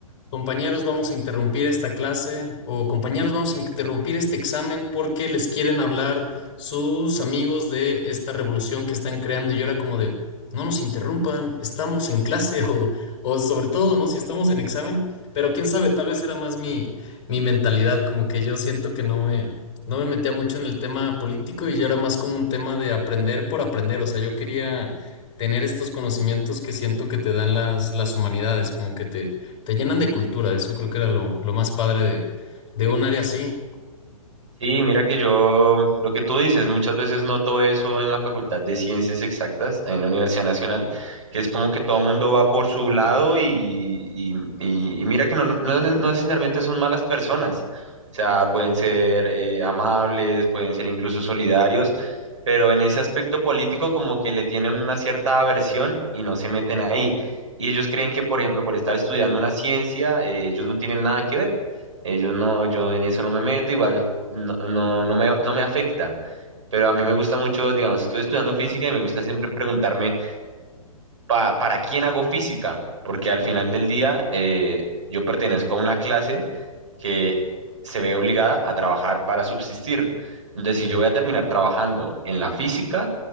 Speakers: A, on the left; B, on the right.
A: Compañeros, vamos a interrumpir esta clase o compañeros, vamos a interrumpir este examen porque les quieren hablar sus amigos de esta revolución que están creando. Y yo era como de, no nos interrumpan, estamos en clase <laughs> o, o sobre todo, ¿no? Si estamos en examen, pero quién sabe, tal vez era más mi, mi mentalidad, como que yo siento que no me, no me metía mucho en el tema político y yo era más como un tema de aprender por aprender. O sea, yo quería tener estos conocimientos que siento que te dan las, las humanidades, como que te te llenan de cultura, eso creo que era lo, lo más padre de, de un área así.
B: Sí, mira que yo, lo que tú dices, muchas veces noto eso en la Facultad de Ciencias Exactas, ahí en la Universidad Nacional, que es como que todo el mundo va por su lado y, y- y- y mira que no, no, no necesariamente son malas personas, o sea, pueden ser eh, amables, pueden ser incluso solidarios, pero en ese aspecto político como que le tienen una cierta aversión y no se meten ahí. Y ellos creen que, por ejemplo, por estar estudiando una ciencia, eh, ellos no tienen nada que ver. Ellos no, yo en eso no me meto, igual no, no, no me, no me afecta. Pero a mí me gusta mucho, digamos, estoy estudiando física y me gusta siempre preguntarme pa- para quién hago física, porque al final del día eh, yo pertenezco a una clase que se ve obligada a trabajar para subsistir. Entonces, si yo
A: Sí.
B: voy a terminar trabajando en la física,